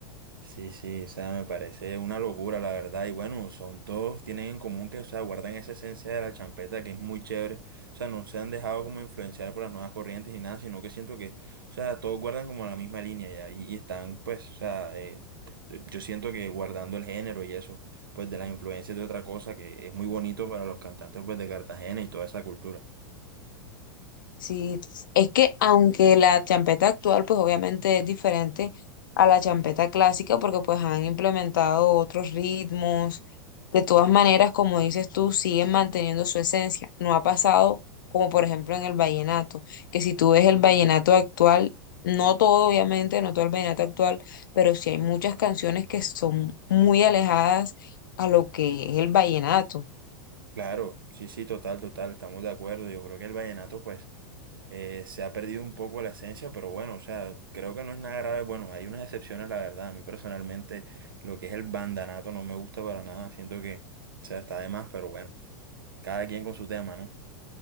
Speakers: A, on the right; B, on the left.
A: Sí, sí, o sea, me parece una locura, la verdad. Y bueno, son todos, tienen en común que, o sea, guardan esa esencia de la champeta que es muy chévere. O sea, no se han dejado como influenciar por las nuevas corrientes ni nada, sino que siento que, o sea, todos guardan como la misma línea ya. Y, y están, pues, o sea, eh, t- yo siento que guardando el género y eso, pues, de las influencias de otra cosa que es muy bonito para los cantantes, pues, de Cartagena y toda esa cultura.
B: Sí, es que aunque la champeta actual pues obviamente es diferente a la champeta clásica porque pues han implementado otros ritmos, de todas maneras como dices tú siguen manteniendo su esencia, no ha pasado como por ejemplo en el vallenato, que si tú ves el vallenato actual, no todo obviamente, no todo el vallenato actual, pero sí hay muchas canciones que son muy alejadas a lo que es el vallenato.
A: Claro, sí, sí, total, total, estamos de acuerdo. Yo creo que el vallenato, pues. eh, se ha perdido un poco la esencia, pero bueno, o sea, creo que no es nada grave. Bueno, hay unas excepciones, la verdad. A mí personalmente lo que es el bandanato no me gusta para nada. Siento que, o sea, está de más, pero bueno, cada quien con su tema, ¿no?